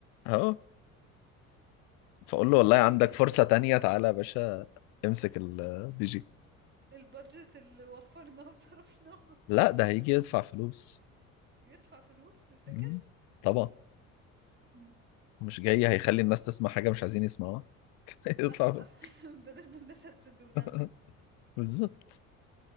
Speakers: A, on the left; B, on the right.
A: اهو فاقول له والله
B: طيب
A: عندك
B: ده
A: فرصة تانية تعالى يا باشا امسك الدي جي
B: البادجت اللي وفرناه وصرفناه
A: لا ده هيجي يدفع فلوس
B: يدفع فلوس تفتكر
A: مم. طبعا
B: <laughs>
A: مش جاي هيخلي الناس تسمع حاجة مش عايزين يسمعوها <laughs>
B: صح
A: يدفع
B: صح
A: فلوس.
B: <laughs> بدل ما الناس هتسد ودانها
A: <laughs> بالظبط